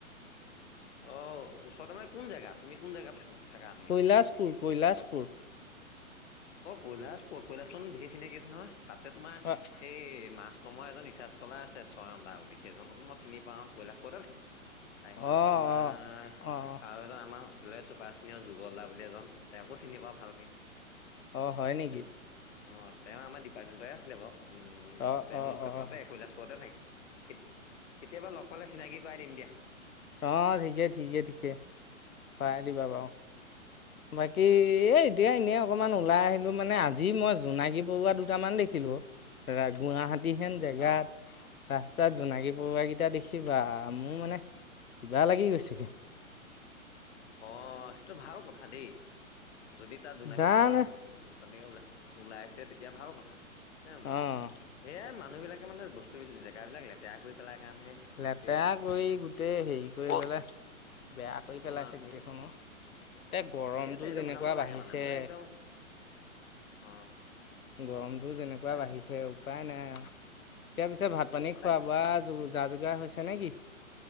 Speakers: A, on the left; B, on the left.
A: অ, ওচৰতে মানে কোন জেগাত তুমি কোন জেগাত? থ, ফাগান
B: কৈলাশপুৰ, কৈলাশপুৰ।
A: অ, কৈলাশপুৰ, কৈলাশপুৰত মোৰ ধে'ৰ চিনাকি আছে নহয়, তাতে তোমাৰ
B: অ',
A: এই মাছ কমৰ এজন ৰিচাৰ্ স্কলাৰ আছে ছয়ন্দা বুলি সেইজনকো মই চিনি পাওঁ, কৈলাশপুৰতে থাকে। তাৰপিছত
B: অ',
A: তোমাৰ
B: অ', অ',
A: আৰু এজন আমাৰ হোষ্টে চুপাৰ চিনিয় যুগল দা বুলি এজন তেওঁকো চিনি পাওঁ ভালকে।
B: অ, হয় নেকি।
A: অ, তেওঁ আমাৰ ডিপাৰ্টমেণ্টৰে আছিলে বাৰু। উম,
B: অ',
A: তেওঁলোক
B: অ', অ',
A: তাতে
B: অ',
A: কৈলাাসুৰতে থাকে। কেতি, কেতিয়াবা লগ লে চিনাকি কৰা দিম দি
B: অ, ঠিকে, ঠিকে, ঠিকে পাই
A: উম
B: দিবা বাৰু। বাকী এ, এতিয়া এনেই অকমান ওলাই আহিলো মানে, আজি মই জোনাগী পৰুৱা দুটামান দেখিলো। গুৱাহাটীহেন জেগাত
A: অ'
B: ৰাস্তাত জোনাকী পৰুৱাকেইটা দেখিবা মোৰ মানে কিবা লাগি গৈছেগৈ।
A: অ, সেইটো ভাল কথা দেই, যদি তাত জোনাকী
B: জানো
A: পৰুৱা তেনেকে ওলাই ওলাই আছে, তেতিয়া ভাল কথা, এম
B: অঁ
A: সয়াই মানুহ বিলাকে মানে বস্তু জেগাবিলাক লেতেৰা কৰি পেলাৰ কাৰণেহে
B: লেতেৰা
A: গোটেই
B: কৰি
A: ক'ত
B: গোটেই হেৰি কৰি পেলাই বেয়া
A: গোটেইখন
B: কৰি পেলাইছে
A: আৰু সেই
B: গোটেইখনো, এতিয়া গৰমটো
A: সেইটো সেইটো
B: যেনেকুৱা
A: ভাল নালাগে
B: বাঢ়িছে।
A: মানে মই একদম অ'।
B: গৰমটো যেনেকুৱা
A: তাৰপিছত
B: বাঢ়িছে উপায় নাই আৰু, এতিয়া পিছেত ভাত
A: সেই
B: পানী
A: তাই
B: খোৱা, বোৱা যো যা, যোগাৰ হৈছে নে কি?